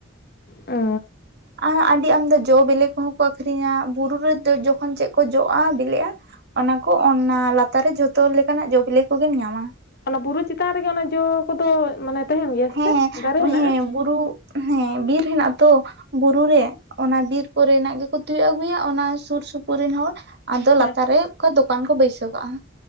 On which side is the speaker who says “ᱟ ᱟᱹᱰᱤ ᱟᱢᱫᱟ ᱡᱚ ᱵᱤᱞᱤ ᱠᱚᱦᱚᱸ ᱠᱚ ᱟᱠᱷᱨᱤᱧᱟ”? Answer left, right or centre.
Right